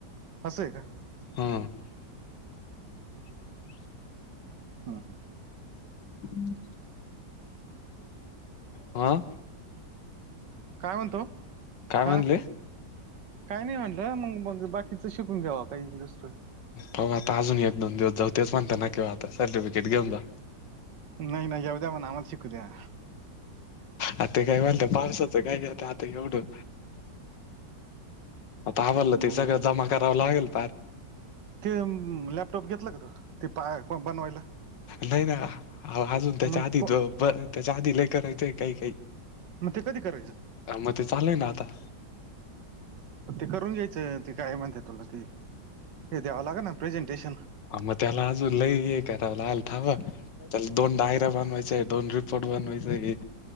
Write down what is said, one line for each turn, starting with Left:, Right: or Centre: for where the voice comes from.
Right: आसं आहे का?
Left: हम. <inaudible>
Right: हम.
Left: <inaudible> अं.
Right: काय म्हणतो?
Left: काय
Right: हा.
Left: म्हणले
Right: काही नाही म्हणलं. मग - मग बाकीच शिकून घ्यावा. काही दुसरं
Left: बघू आता अजून एक - दोन दिवस जाऊ. तेच पण त्याच म्हणत्या ना की, आता सर्टिफिकेट घेऊन जा.
Right: नाही - नाही येऊ दया. मना आमाला शिकू दया.
Left: आ ते काय मणत, पावसाचं काय करायचं? आता एवढं
Right: <inaudible>
Left: आता आमाला ते
Right: मग
Left: सगळं, जमा करावं लागेल. पार
Right: ते म लॅपटॉप घेतलं का? त ते पा बनवायला.
Left: नाही ना. अजून त्याच्या
Right: मग
Left: आधी
Right: को
Left: जो प, त्याच्या आधी लय करायचय. काही-काही
Right: मग ते कधी करायचं?
Left: मग ते, चालय ना आता.
Right: ते करून घ्यायचं. ते काय म्हणते तुला ती. हे द्यावं लागना. प्रेझेंटेशन.
Left: आ म त्याला आजून लई, हे काराव लागल थांबा. त्याला दोन डायरा बनवायचाय, दोन रिपोर्ट बनवायचां.